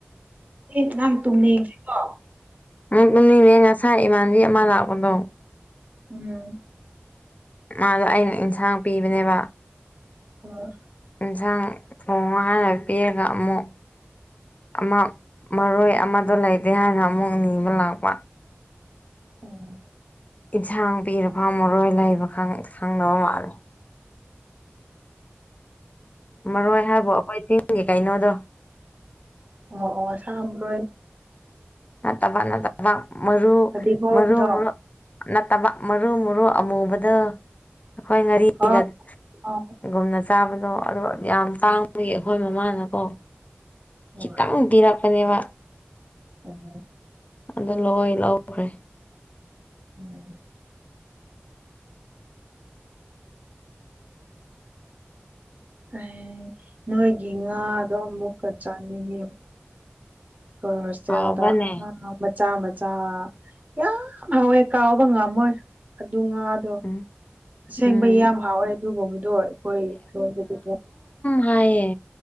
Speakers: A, on the right; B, on the left.
A: ꯑꯦ ꯅꯪ ꯇꯨꯝꯅꯤꯡꯁꯤꯀꯣ
B: ꯄꯨꯅꯤꯅꯦ ꯉꯁꯥꯏ ꯏꯃꯥꯟꯕꯤ ꯑꯃ ꯂꯥꯛꯄꯗꯣ
A: ꯎꯝ꯫
B: ꯃꯥꯗꯣ ꯑꯩꯅ ꯏꯟꯁꯥꯡ ꯄꯤꯕꯅꯦꯕ꯫
A: ꯑꯣ꯫
B: ꯌꯦꯟꯁꯥꯡ ꯊꯣꯡꯉ ꯍꯥꯟꯅ ꯄꯤꯔꯒ ꯑꯃꯨꯛ ꯑꯃ ꯃꯔꯣꯏ ꯑꯃꯗꯣ ꯂꯩꯇꯦ ꯍꯥꯏꯅ ꯑꯃꯨꯛ ꯅꯤꯕ ꯂꯥꯛꯄ
A: ꯎꯝ
B: ꯏꯟꯁꯥꯡ ꯄꯤꯔ ꯐꯥꯎꯃꯔꯣꯏ ꯂꯩꯕ ꯈꯪ ꯈꯪꯗꯕ ꯃꯥꯜꯂꯦ꯫ ꯃꯔꯣꯏ ꯍꯥꯏꯕꯣ ꯑꯩꯈꯣꯏ ꯆꯤꯡꯒꯤ ꯀꯩꯅꯣꯗꯣ꯫
A: <unintelligible>
B: ꯅꯠꯇꯕ ꯅꯠꯇꯕ ꯃꯔꯨ
A: ꯐꯗꯤꯒꯣꯝꯗꯣ
B: ꯃꯔꯨ ꯃꯔꯨ ꯅꯠꯇꯕ ꯃꯔꯨ ꯃꯔꯨ ꯑꯃꯨꯕꯗ ꯑꯩꯈꯣꯏ ꯉꯥꯔꯤꯒꯒꯨꯝꯅ
A: ꯑꯥ ꯑ
B: ꯆꯥꯕꯗꯣ ꯑꯗꯣ ꯌꯥꯝ ꯇꯥꯡꯕꯒꯤ ꯑꯩꯈꯣꯏ ꯃꯃꯥꯅꯀꯣ
A: ꯍꯣꯏ
B: ꯈꯤꯇꯪ ꯄꯤꯔꯛꯄꯅꯦꯕ꫰꫰
A: <unintelligible>
B: ꯑꯗꯣ ꯂꯣ ꯂꯧꯈ꯭ꯔꯦ
A: ꯎꯝ꯫ ꯑꯦ ꯅꯣꯏꯒꯤ ꯉꯥꯗꯣ ꯑꯃꯨꯛꯀ ꯆꯥꯅꯤꯡꯉꯦ꯫ <unintelligible>
B: ꯍꯥꯎꯕ꯭ꯔꯅꯦ
A: ꯃꯆꯥ ꯃꯆꯥ ꯌꯥꯝ ꯍꯥꯎꯋꯦ ꯀꯥꯎꯕ ꯉꯝꯃꯣꯏ ꯑꯗꯨ ꯉꯥ ꯑꯗꯣ
B: ꯎꯝ
A: ꯑꯁꯦꯡꯕ
B: ꯎꯝ
A: ꯌꯥꯝ ꯍꯥꯎꯋꯦ ꯑꯗꯨꯒꯨꯝꯕꯗꯣ ꯑꯩꯈꯣꯏꯣꯝꯗꯗꯤ
B: ꯍꯥꯏꯑ